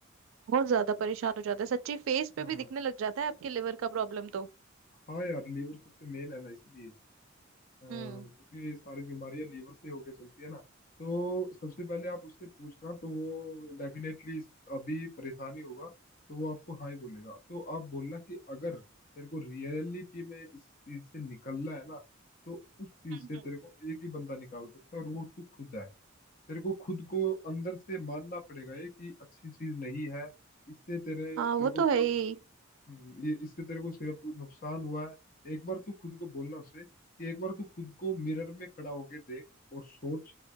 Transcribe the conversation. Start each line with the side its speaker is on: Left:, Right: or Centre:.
Right: बहुत ज्यादा परेशान हो जाता है सच्ची फेस पे
Left: हाँ
Right: भी
Left: हाँ
Right: दिखने लग जाता है आपके लिवर का प्रॉब्लम तो
Left: हाँ यार लीवर सबसे मेन है ना इसलिए अ, क्योंकि
Right: हम्म
Left: सारी बीमारियां लीवर से होके चलती है ना तो सबसे पहले आप उससे पूछना तो वो डेफिनेटली अभी परेशानी होगा तो वो आपको हाँ ही बोलेगा तो आप बोलना कि अगर तेरे को रियलिटी में इस चीज से निकलना है ना तो उस चीज
Right: हम्म
Left: से तेरे
Right: हम्म।
Left: को एक ही बंदा निकाल सकता है और वो तू खुद है तेरे को खुद को अंदर से मानना पड़ेगा ये कि अच्छी चीज नहीं है इससे तेरे
Right: हाँ वो
Left: तेरे को
Right: तो
Left: मतलब
Right: है ही
Left: हम्म, ये इससे तेरे को सिर्फ नुकसान हुआ है एक बार तू खुद को बोलना उसे कि एक बार तू खुद को मिरर में खड़ा होके देख और सोच